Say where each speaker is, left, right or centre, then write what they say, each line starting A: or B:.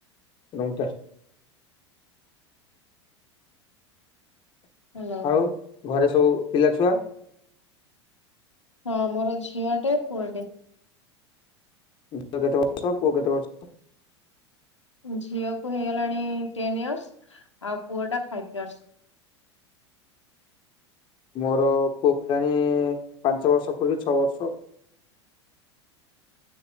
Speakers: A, on the left (about 35°); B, on the left (about 85°).
A: ରୁ
B: ହଲୋ।
A: ଆଉ ଘରେ ସବୁ ପିଲା ଛୁଆ?
B: ହଁ, ମୋର ଝିଅ ଟେ ପୁଅ ଟେ।
A: ଝିଅକୁ କେତେ ବର୍ଷ, ପୁଅକୁ କେତେ ବର୍ଷ?
B: ଝିଅକୁ ହେଇଗଲାଣି ଟେନ୍ ଇୟର୍ସ। ଆଉ ପୁଅଟା ଫାଇଭ୍ ଇୟର୍ସ।
A: ମୋର ପୁଅ କଲାଣି ପାଞ୍ଚ ବର୍ଷ ପୁରିକି ଛଅ ବର୍ଷ।